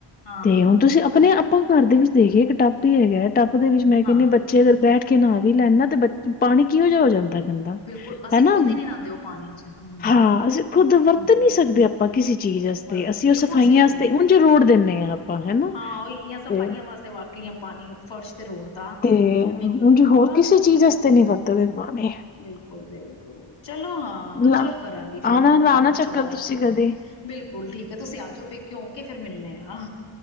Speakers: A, on the left; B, on the left.
A: ਹਾਂ
B: ਤੇ
A: ਹਾਂ
B: ਹੁਣ ਤੁਸੀਂ ਆਪਣੇ ਆਪ ਘਰ ਦੇ ਵਿੱਚ ਦੇਖੀਏ ਇੱਕ ਟਪ ਹੀ ਹੈਗਾ ਟੱਪ ਦੇ ਵਿੱਚ ਮੈਂ ਕਹਿੰਦੀ
A: ਹਾਂ
B: ਬੱਚੇ ਅਗਰ ਬੈਠ ਕੇ ਨਾ ਵੀ ਲੈਣਾ ਤੇ ਬੱਚ ਪਾਣੀ ਕਿਹੋ ਜਿਹਾ ਹੋ ਜਾਂਦਾ ਦਾ
A: ਬਿਲਕੁਲ ਅਸੀਂ
B: ਹਨਾ
A: ਖੁਦ ਹੀ ਨੀ ਨਾਂਦੇ ਉਹ ਪਾਣੀ ਚ ਹਮ
B: ਹਾਂ ਅਸੀਂ ਖੁਦ ਵਰਤ
A: ਹਮ
B: ਨੀ ਸਕਦੇ ਆਪਾਂ ਆਪਾਂ ਕਿਸੇ ਚੀਜ਼ਸਤੇ
A: ਵਰਤ
B: ਅਸੀਂ
A: ਬਿਲਕੁਲ
B: ਉਹ ਸਫਾਈਆਂਸਤੇ
A: ਸਹੀ ਗੱਲ
B: ਹਣ ਜ ਰੋੜ ਦਿੰਦੇ ਹਾਂ ਆਪਾਂ ਹਨਾ
A: ਹਾਂ ਉਹ ਇਹ ਸਭ
B: ਤੇ
A: ਕਈਆਂ ਵਾਸਤੇ ਵਾਕਈਆਂ ਪਾਣੀ ਫਰਸ਼ ਤੇ ਰੋਡ
B: ਤੇ
A: ਐਵੇਂ ਕਰਦੇ
B: ਉਂਝ
A: ਆ
B: ਹੋਰ
A: ਬਸ
B: ਕਿਸੇ ਚੀਜ਼ ਵਾਸਤੇ ਨਹੀਂ ਵਰਤਦੇ ਪਾਣੀ
A: ਬਿਲਕੁਲ ਬਿਲਕੁਲ ਚਲੋ ਹਾਂ
B: ਲਾ
A: ਚਲੋ ਕਰਾਂਗੀ ਫੇਰ
B: ਆਣਾ
A: ਮੈਂ ਹ ਨਾ
B: ਲਾਣਾ
A: ਮੇਰੇ ਬੱਚੇ
B: ਚੱਕਰ
A: ਆਵਾਜ਼
B: ਤੁਸੀਂ
A: ਮਾਰਦੇ
B: ਕਦੇ
A: ਬਿਲਕੁਲ ਠੀਕ ਹੈ ਤੁਸੀਂ ਆ ਜਾਓ ਪੇਕੇਿ ਓਕੇ ਫੇਿਰ ਮਿਲਣੇ ਆ ਆਹ